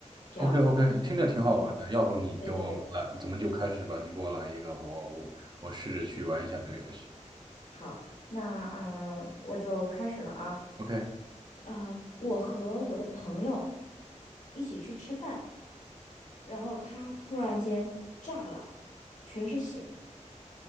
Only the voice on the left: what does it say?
这样子。
嗯，
对对对，
好，那啊，我就开始了啊。
啊、呃我和我的朋友一起去吃饭，然后他突然间炸了，全是血，